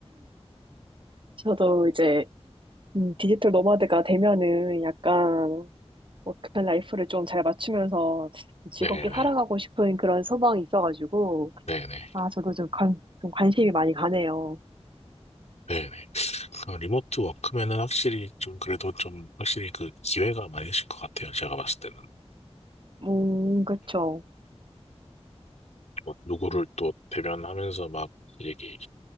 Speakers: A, on the right; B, on the left.
A: 저도 이제 음, 디지털 노마드가 되면은 약간 워크 라이프를 좀 잘 맞추면서 즐겁게
B: 네네.
A: 살아가고 싶은 그런 소망이 있어가지고
B: 네네.
A: 아 저도 좀, 관, 좀 관심이 많이 가네요.
B: 네네. 그 리모트 워크면은 확실히 좀 그래도 좀 확실히 그 기회가 많으실 것 같아요. 제가 봤을 때는.
A: 음 그쵸.
B: 뭐 누구를
A: 음.
B: 또 대면하면서 막 얘기,